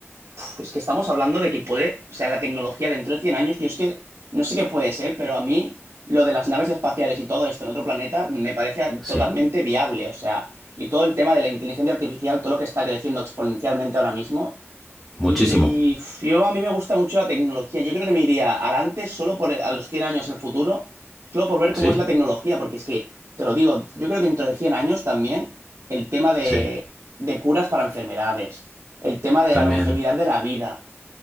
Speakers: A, on the right (about 80°); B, in the centre.
A: Es que estamos hablando de que puede, o sea, la tecnología dentro de 100 años, yo es que no sé qué puede ser, pero a mí lo de las naves espaciales y todo esto en otro planeta me parece
B: sí,
A: totalmente viable, o sea, y todo el tema de la inteligencia artificial, todo lo que está creciendo exponencialmente ahora mismo.
B: muchísimo,
A: Y f- yo a mí me gusta mucho la tecnología, yo creo que me iría al antes, solo por el- a los 100 años en el futuro, solo por ver cómo
B: sí,
A: es la tecnología, porque es que, te lo digo, yo creo que dentro de 100 años también el tema de,
B: sí,
A: de curas para enfermedades, el tema de
B: también
A: la longevidad de la vida